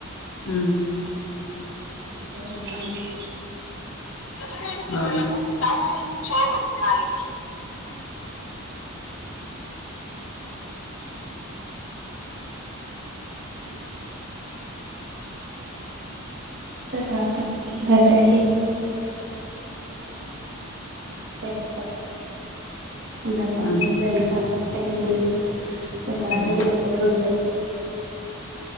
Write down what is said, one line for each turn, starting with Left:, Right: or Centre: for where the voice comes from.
Left: హ్మ్
Right: జరుగుతా ఉంటాయి
Left: <unintelligible>
Right: తరువాత అందరు సర ఇందరు పంన్స్
Left: హ్మ్
Right: పెక్లి కదా
Left: హ్మ్
Right: వ వృకులు ఉంట